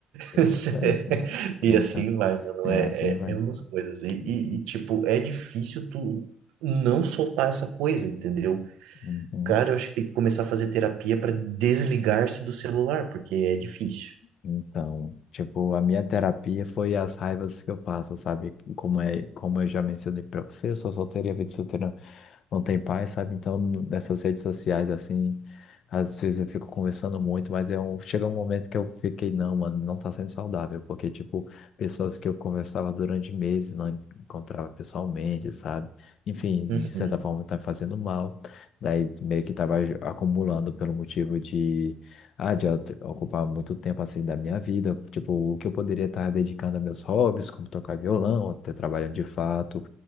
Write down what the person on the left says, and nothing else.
eita,
eita.
É,
assim vai.
Uhum.
uhum.
Então, tipo, a minha terapia foi as raivas que eu passo, sabe? Como é, como eu já mencionei pra você, eu sou solteiro e a vida solteira não tem paz, sabe? Então, nessas redes sociais, assim, às vezes eu fico conversando muito, mas é um, chega um momento que eu fiquei, não, mano, não tá sendo saudável, porque, tipo, pessoas que eu conversava durante meses, não encontrava pessoalmente, sabe? Enfim,
de certa forma tá fazendo mal, daí meio que tava acumulando pelo motivo de ah, de eu te- ocupar muito tempo assim da minha vida, tipo, o que eu poderia estar dedicando a meus hobbies, como tocar violão, ou até trabalhando de fato,